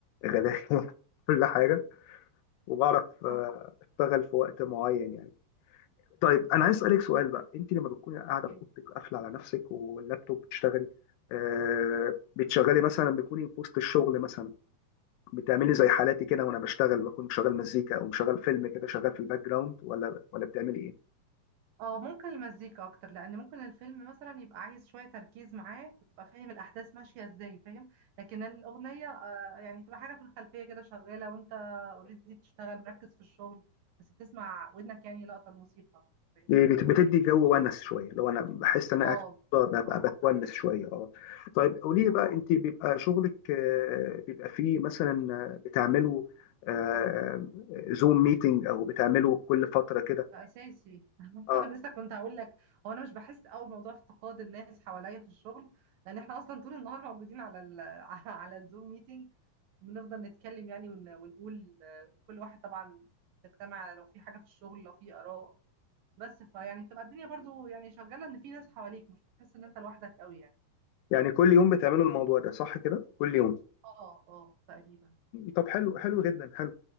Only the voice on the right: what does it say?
صح
أوكي.
اه ممكن المزيكا اكتر لان ممكن الفيلم مثلا يبقى عايز شوية تركيز معاه وتبقى فاهم الاحداث ماشية ازاي فاهم لكن الاغنية آه يعني تبقى حاجة في الخلفية كده شغالة وانت اوريدي بتشتغل مركز في الشغل بس بتسمع ودنك يعني لقطة الموسيقى فاهمني
اه
طبعا
صح
اساسي <laughs>
لسه كنت هقول لك هو انا مش بحس قوي بموضوع افتقاد الناس حواليا في الشغل لان احنا اصلا طول النهار موجودين على ال <laughs> على الزوم ميتنج بنفضل نتكلم يعني ون- ونقول آه، كل واحد طبعا نجتمع لو في حاجه في الشغل لو في اراء بس فيعني بتبقى الدنيا برضو يعني شغاله ان في ناس حواليك مش بتحس ان انت لوحدك قوي يعني
اه اه تقريبا